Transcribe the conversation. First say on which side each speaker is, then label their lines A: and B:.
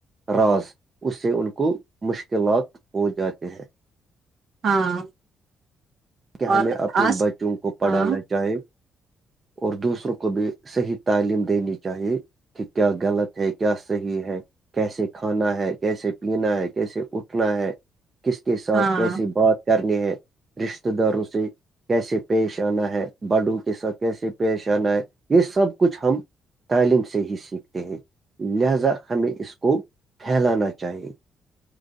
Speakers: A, on the right; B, on the right.
A: راز اس سے ان کو مشکلات ہو جاتے ہیں
B: ہاں
A: کہ
B: اور
A: ہمیں اپنے
B: آس
A: بچوں کو پڑھانا
B: ہاں
A: چاہے اور دوسروں کو بھی صحیح تعلیم دینی چاہیے کہ کیا غلط ہے کیا صحیح ہے کیسے کھانا ہے کیسے پینا ہے کیسے اٹھنا ہے کس کے ساتھ
B: ہاں
A: کیسے بات کرنی ہے رشتے داروں سے کیسے پیش آنا ہے بڈو کے ساتھ کیسے پیش آنا ہے یہ سب کچھ ہم <inaudible>